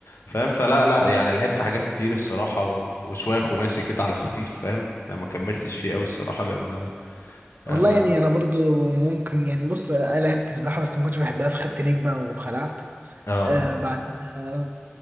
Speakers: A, on the left (about 80°); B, on the right (about 45°).
A: فاهم فلا لا يعني لعبت حاجات كتير الصراحة و... وشوية خماسي كده على خفيف فاهم يعني ما كملتش فيه قوي الصراحة لأن آه،
B: والله
A: ما
B: يعني انا برضو ممكن يعني بص انا لعبت سباحه بس ما كنتش بحبها فخدت نجمه وخلعت
A: اه
B: آه بعدين آه